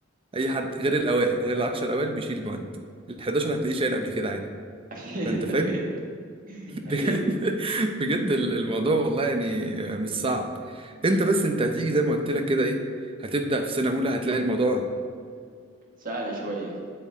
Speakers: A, on the right (about 30°); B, on the right (about 45°).
A: أي حد غير الأوائل غير العشر الأوائل بيشيل مواد ال 11 هتلاقيه شايل قبل كده عادي
B: اكيد
A: فأنت فاهم
B: اكيد
A: <laughs> بجد
B: اكيد
A: بجد ال- الموضوع والله يعني مش صعب انت بس انت هتيجي زي ما قلت لك كده ايه هتبدأ في سنة أولى هتلاقي الموضوع
B: سهل شويه